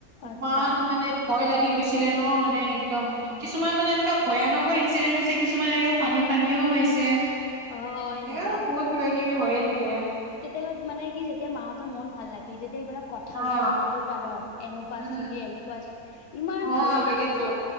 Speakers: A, on the right (about 70°); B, on the left (about 80°).
A: ইমান
B: আচ্ছা
A: মানে ভয় লাগি গৈছিলে ন মানে একদম
B: অ অ
A: কিছুমান মানে এনেকুৱা ভয়ানকো ইঞ্চিডেণ্ট হৈছে কিছুমান এনেকুৱে ফানী ফানিও হৈছে
B: অ হয়
A: এনেকা
B: এনেকুৱা
A: বহুত কিবা কিবি হৈয়ে থাকে
B: কেতিয়াবা মানে কি যেতিয়া মাহতৰ মন ভাল লাগে যেয়া তে এইবিলাক কথা ওলাই
A: অ
B: ন সৰু কালত এনেকুৱা
A: উম
B: আছিলি এনেকুৱা আছিল ইমান
A: অ
B: ভাল লাগে
A: তাকেতো
B: শুনি